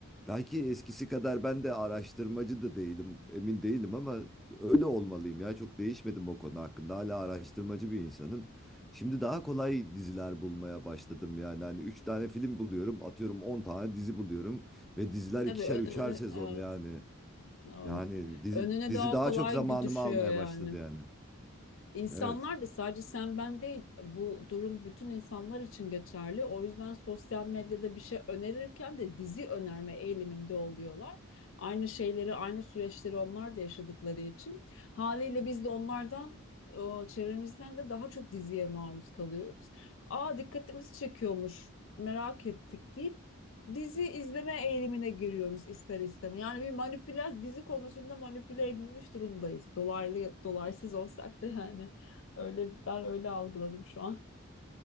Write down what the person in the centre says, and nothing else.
Belki eskisi kadar ben de araştırmacı da değilim, emin değilim ama öyle olmalıyım ya. Çok değişmedim o konu hakkında. Hala araştırmacı bir insanım. Şimdi daha kolay diziler bulmaya başladım yani. Hani 3 tane film buluyorum, atıyorum 10 tane dizi buluyorum ve diziler
ikişer
üçer sezon
yani.
Yani dizi,
dizi
daha
çok zamanımı
almaya
başladı yani.
Evet.